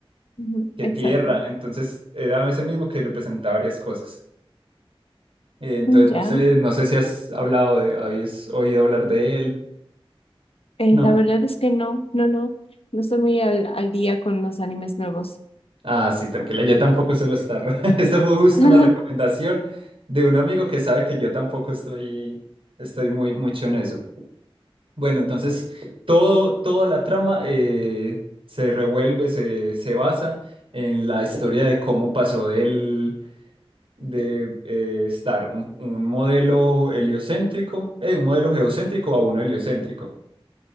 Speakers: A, on the left; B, on the right.
A: ujú,
B: Que
A: exacto.
B: tierra, entonces era ese mismo que representaba varias cosas. Eh, entonces
A: Mm,
B: no
A: Ya,
B: sé, no sé si has hablado de, habías oído hablar de él.
A: Eh,
B: No.
A: la verdad es que no, no, no, no estoy muy al, al día con los animes nuevos.
B: Ah, sí, tranquila, yo tampoco suelo estarlo. <laughs> Esta fue justo
A: <laughs>
B: una recomendación de un amigo que sabe que yo tampoco estoy, estoy muy mucho en eso. Bueno, entonces todo, toda la trama eh, se revuelve, se, se basa en la historia de cómo pasó del, de eh, estar un, un modelo heliocéntrico, eh, un modelo geocéntrico a uno heliocéntrico.